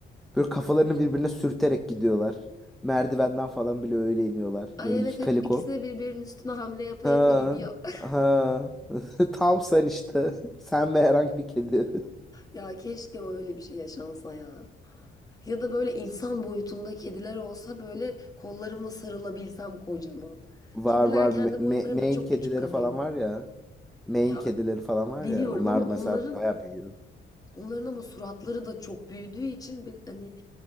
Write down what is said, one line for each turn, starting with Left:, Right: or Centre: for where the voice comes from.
Centre: Böyle kafalarını birbirine sürterek gidiyorlar. Merdivenden falan bile öyle iniyorlar.
Left: Ay
Centre: Böyle iki
Left: evet
Centre: kaliko.
Left: hep ikisine birbirinin üstüne hamle yapa
Centre: Ha,
Left: yapa gidiyor. <laughs>
Centre: ha. <laughs> Tam sen işte. <laughs> Sen ve herhangi bir kedi.
Left: Ya keşke öyle bir şey yaşansa ya. Ya da böyle insan boyutunda kediler olsa böyle kollarımla sarılabilsem kocaman.
Centre: <laughs>
Left: Kediler
Centre: Var var.
Left: kendi
Centre: Me- me-
Left: boyutlarında
Centre: Maine
Left: çok
Centre: kedileri
Left: küçük kalıyor.
Centre: falan var ya. Maine
Left: Ya
Centre: kedileri falan var
Left: biliyorum
Centre: ya. Onlar
Left: ama
Centre: mesela
Left: onların
Centre: bayağı büyüyor.
Left: onların ama suratları da çok büyüdüğü için bir, hani